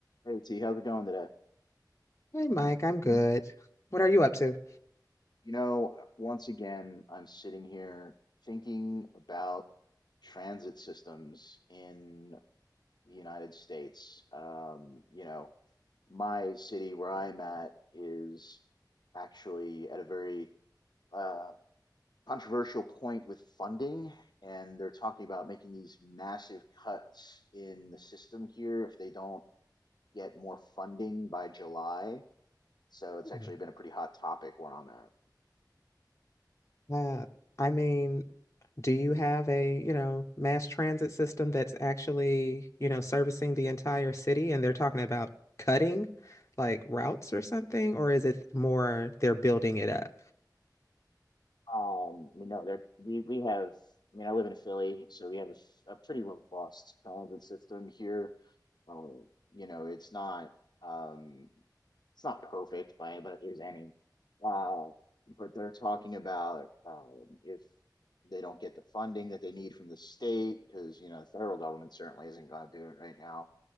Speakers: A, on the left; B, on the left.
A: Hey T, how's it going today?
B: Hey Mike, I'm good. What are you up to?
A: You know, uh, once again, I'm sitting here thinking about transit systems in the United States. Um, you know, my city where I'm at is actually at a very uh, controversial point with funding, and they're talking about making these massive cuts in the system here if they don't get more funding by July. So it's
B: Mm.
A: actually been a pretty hot topic where I'm at.
B: Uh, I mean, do you have a, you know, mass transit system that's actually, you know, servicing the entire city and they're talking about cutting like routes or something, or is it more they're building it up?
A: Um, you know, there we we have. I mean, I live in Philly, so we have a, s- a pretty robust transit system here. Um, you know, it's not um, it's not perfect by any, but there's any. Uh, but they're talking about um, if they don't get the funding that they need from the state, because you know, the federal government certainly isn't going to do it right now.